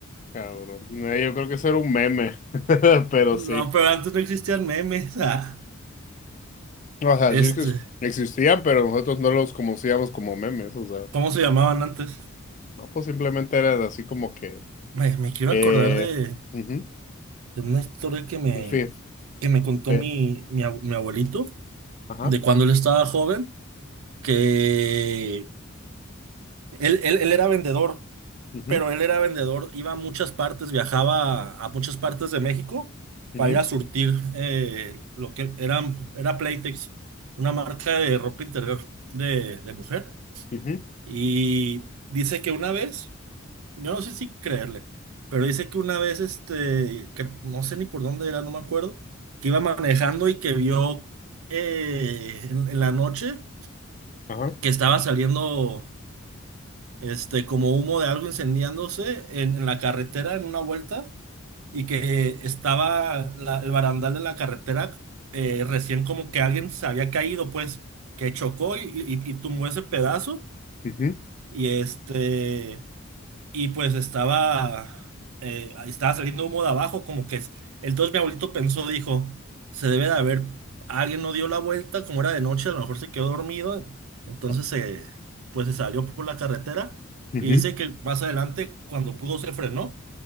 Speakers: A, on the left; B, on the right.
A: cabrón. No, yo creo que eso era un meme, <laughs> pero sí.
B: No, pero antes no existían memes. Ah,
A: O sea,
B: este,
A: sí que existían, pero nosotros no los conocíamos como memes, o sea,
B: ¿cómo se llamaban antes?
A: no, pues simplemente era así como que.
B: Me, me quiero
A: Eh,
B: acordar de,
A: ujú,
B: de una historia que me,
A: y fe-
B: que me contó
A: fe-
B: mi, mi, ab- mi abuelito,
A: ajá,
B: de cuando él estaba joven, que él, él, él era vendedor,
A: ujú,
B: pero él era vendedor, iba a muchas partes, viajaba a, a muchas partes de México
A: ujú,
B: para ir a surtir eh, lo que era, era Playtex, una marca de ropa interior de, de mujer.
A: ujú,
B: Y dice que una vez Yo no sé si creerle, pero dice que una vez, este, que no sé ni por dónde era, no me acuerdo, que iba manejando y que vio eh, en, en la noche
A: ajá,
B: que estaba saliendo, este, como humo de algo incendiándose en, en la carretera en una vuelta y que estaba la- el barandal de la carretera eh, recién como que alguien se había caído, pues, que chocó y, y y tumbó ese pedazo
A: ujú,
B: y este... y pues estaba, eh, ahí estaba saliendo humo de abajo, como que es- entonces mi abuelito pensó, dijo, se debe de haber, alguien no dio la vuelta, como era de noche, a lo mejor se quedó dormido, entonces
A: ajá,
B: se, pues se salió por la carretera
A: ujú,
B: y dice que más adelante, cuando pudo, se frenó